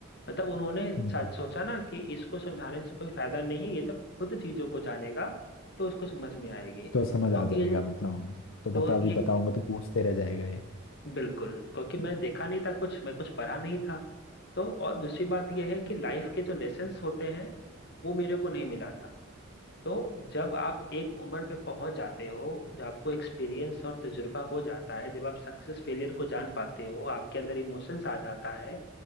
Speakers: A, on the left; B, on the left.
A: मतलब उन्होंने
B: हम्म
A: सा- सोचा ना कि इसको समझाने से कोई फायदा नहीं है ये जब खुद चीजों को जानेगा तो उसको समझ में आएगी क्योंकि
B: तो समझ आ जाएगा
A: ये
B: मतलब हम तो मतलब
A: तो
B: अभी
A: ये
B: बताऊंगा तो पूछते रह जाएगा ये
A: बिल्कुल क्योंकि मैं देखा नहीं था कुछ मैं कुछ पढ़ा नहीं था तो और दूसरी बात यह है कि लाइफ के जो लेसन्स होते हैं वो मेरे को नहीं मिला था तो जब आप एक उम्र पे पहुंच जाते हो जब आपको एक्सपीरियंस और तजुर्बा हो जाता है जब आप सक्सेस फेलियर को जान पाते हो आपके अंदर इमोशंस आ जाता है